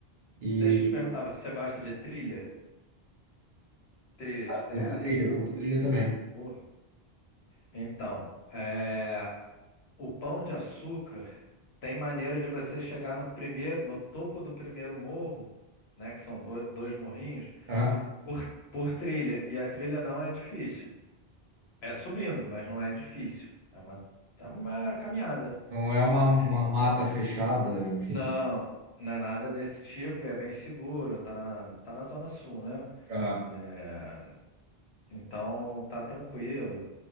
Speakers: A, on the right (about 55°); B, on the left (about 80°).
A: E
B: deixa eu te perguntar, você gosta de trilha? Trilha de terra
A: curto trilha,
B: e tal?
A: curto trilha também.
B: Uh, Então, é, o Pão de Açúcar tem maneira de você chegar no primeiro, no topo do primeiro morro, né, que são do- dois morrinhos,
A: Aham.
B: por, por trilha. E a trilha não é difícil. É subindo, mas não é difícil. É uma, é uma caminhada,
A: Não é uma,
B: assim.
A: uma mata fechada, enfim.
B: Não, não é nada desse tipo, é bem seguro, tá na, tá na Zona Sul, né?
A: Aham.
B: É, então tá tranquilo.